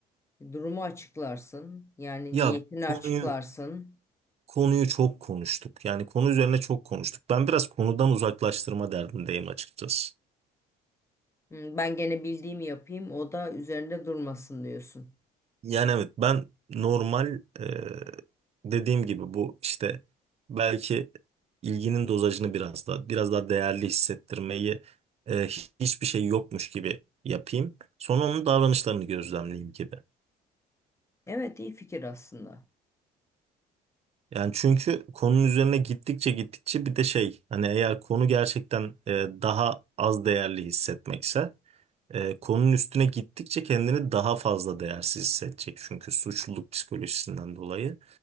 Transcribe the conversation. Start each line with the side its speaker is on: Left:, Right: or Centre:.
Left: durumu açıklarsın. Yani
Right: Ya
Left: niyetini açıklarsın.
Right: konuyu konuyu çok konuştuk. Yani konu üzerine çok konuştuk. Ben biraz konudan uzaklaştırma derdindeyim açıkçası.
Left: "Hmm, Ben gene bildiğimi yapayım o da üzerinde durmasın diyorsun.
Right: Yani evet ben normal e, dediğim gibi bu işte belki ilginin dozajını biraz daha biraz daha değerli hissettirmeyi e, hiçbir şey yokmuş gibi yapayım. Sonra onun davranışlarını gözlemleyeyim gibi.
Left: Evet iyi fikir aslında.
Right: Yani çünkü konunun üzerine gittikçe gittikçe bir de şey hani eğer konu gerçekten e, daha az değerli hissetmekse e, konunun üstüne gittikçe kendini daha fazla değersiz hissedecek. Çünkü suçluluk psikolojisinden dolayı.